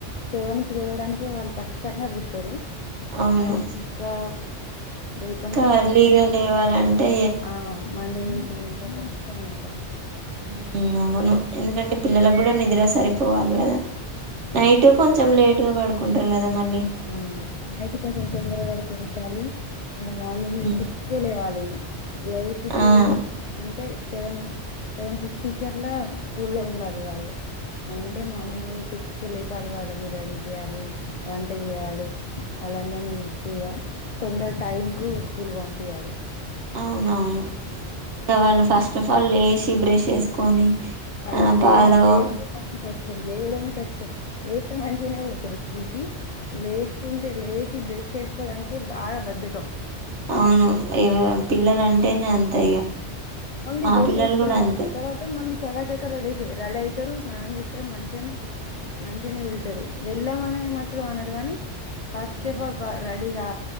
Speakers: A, on the left (about 60°); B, on the right (about 80°).
A: సేవన్కి లేయడానికే వాళ్ళు కష్టంగా లేస్తారు
B: అవును
A: కానీ ఇంకా రేపటి
B: ఇంకా
A: నుంచి
B: అర్లీగా
A: అంటే ఇంకా
B: లేవాలంటే
A: ఆ మండె నుం ఇంకా కష్టం ఇంకా
B: హ అవును ఎందుకంటే పిల్లలకు కూడా నిధులో సరిపోవాలి కదా
A: అవును
B: నైట్ కొంచెం లేట్ గా పడు ఉంటారు కదా మళ్ళీ
A: ఆ నయిట్ కొంచెం
B: ఉమ్,
A: తొందర పడుకో ఇటాలీ ఇ మార్నింగ్
B: ఉమ్,
A: సిక్స్క లేవాలి ఎయిటికి
B: ఆ
A: అంటే సెవెన్ సెవెన్ ఫిఫ్టీ క అట్లా స్కూల్ లో ఉండాలి వాళ్ళు
B: ఉమ్
A: అంటే మార్నింగ్
B: అవును
A: సిక్స్ లేపాలి వాళ్ళని రెడీ చేయాలి ట్ట చేయాలి వాళ్ళందరినీక తొందర టైం కు స్కూల్ కు పంపించాలి
B: అవునవును దవాలు ఫస్ట్ ఫస్ట్ ఆఫ్ ఆల్ లేసి బ్రష్ చేసుకొని
A: అ
B: ఆ
A: లేే
B: పాలు
A: లే మ కస్త ష్టం లేేవడమే కష్టం లేస్తా మంచిగానే పోతారు స్కూల్ కి లేస్తుంటే లేచ బ్రష్ చేసుకోవడానికే బాగా బద్ధకం
B: అవును ఇ పిల్లలు అంటేనే అంతా ఇక
A: ఓన్లీ
B: మా
A: బ్రష్
B: పిల్లలు
A: వేసుకునే
B: కూడా
A: వారికి
B: అంతే
A: తర్వాత మళ్ళీ చకా చక్క రెడీారు రెడీ అవుతారు స్నానం చేస్తారు మంచిగాని మంచినే వెళ్తారు వెళ్ళామని మాత్రం అనదు కానీ ఫస్ట్
B: ఉమ్,
A: ఆఫ్ ఆల్ రెడీగా